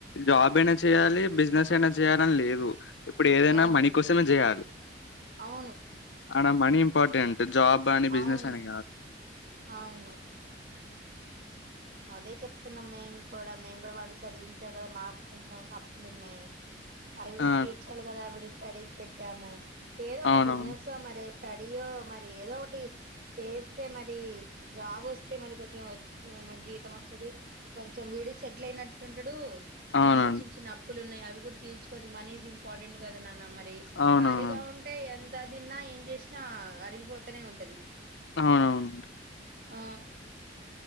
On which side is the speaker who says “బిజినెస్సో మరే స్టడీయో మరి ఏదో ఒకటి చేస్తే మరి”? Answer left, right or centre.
Right